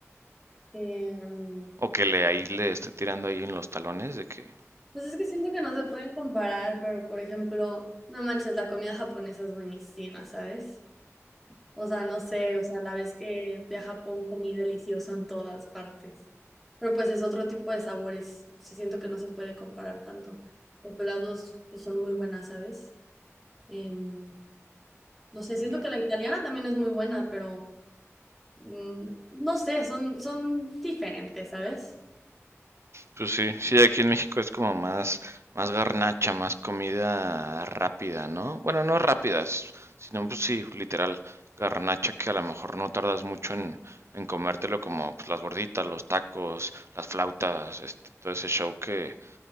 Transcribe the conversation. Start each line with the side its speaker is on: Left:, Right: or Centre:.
Centre: Em,
Right: O que le ahí le esté tirando ahí en los talones de que
Centre: pues es que siento que no se pueden comparar, pero por ejemplo, no manches, la comida japonesa es buenísima, ¿sabes? O sea, no sé, o sea, la vez que fui a Japón comí delicioso en todas partes. Pero pues es otro tipo de sabores. Sí, siento que no se puede comparar tanto. Pero pues las dos pues, son muy buenas, ¿sabes? Em, no sé, siento
Right: ya.
Centre: que la italiana también es muy buena, pero mm, no sé, son, son diferentes, ¿sabes?
Right: Pues sí, sí, aquí en México es como más, más garnacha, más comida rápida, ¿no? Bueno, no rápida, s- sino pues sí, literal, garnacha que a lo mejor no tardas mucho en, en comértelo como pues, las gorditas, los tacos, las flautas, este, todo ese show que,